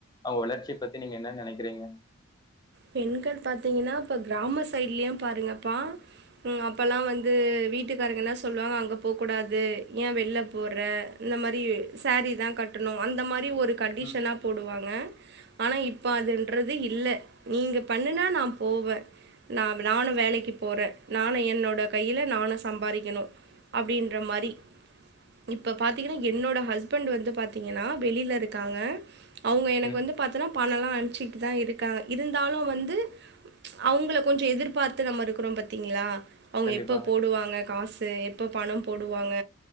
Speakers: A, on the left; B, on the right.
A: அவு வளர்ச்சியப் பத்தி நீங்க என்னா நெனைக்கிறீங்க
B: பெண்கள் பாத்தீங்கினா இப்ப கிராம சைட்லியும் பாருங்கப்பா ம் அப்பல்லா வந் து வீட்டுக்காரங்க என்னா சொல்வாங்க அங்கப் போக்கூடாது ஏ வெள்லப் போர்ற இந்த மாரி சாரிதாங் கட்டணு அந்த மாரி ஒருக் கண்டிஷனா
A: ம்,
B: போடுவாங்க ஆனா இப் அதுன்றுது இல்ல நீங்க பண்ணுனா நா போவே நாமி நானு வேலைக்கி போறே நானு என்னோட கையில நானு சம்பாரிக்கணு அப்டின்ற மாரி இப்ப பாத்தீங்கினா என்னோட ஹஸ்பண்ட் வந்து பாத்தீங்கின்னா வெளில இருக்காங்க அவ்ங்கு எனக்
A: ம்.
B: வந்து பாத்தனா பணலா அன்ச்சிட்டு தா இருக்காங்க இருந்தாலு வந்து அவ்ங்கள கொஞ்சு எதிர்பார்த்து நம்ம இருக்குறோம் பாத்தீங்ளா அவ்ங்க
A: கண்டிப்பா.
B: எப்போ போடுவாங்க காசு எப்ப பணம் போடுவாங்க